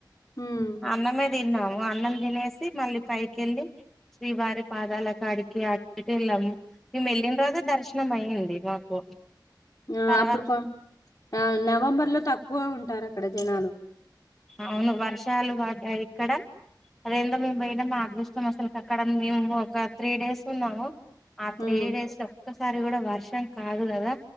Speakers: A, on the left; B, in the centre.
A: హ్మ్
B: అన్నమే తిన్నాము అన్నం తినేసి మళ్ళీ పైకెళ్ళి శ్రీవారి పాదాల కాడికి అటుటిళ్ళం ఈ వెళ్లిన రోజు దర్శనం అయ్యింది మాకు
A: ఆ
B: తర్వాత
A: అప్పుడు ఆ నవంబర్ లో తక్కువ ఉంటారు అక్కడ జనాలు
B: అవును వర్షాలు వడ్డాయి ఇక్కడ అదేందో మేము పోయినా ఆపేసినం అసలు అక్కడ మేము ఒక త్రీ డేస్ ఉన్నాము ఆ త్రీ
A: హ్మ్
B: డేస్ లో ఒక్కసారి కూడా వర్ష ర్షం కాదు కదా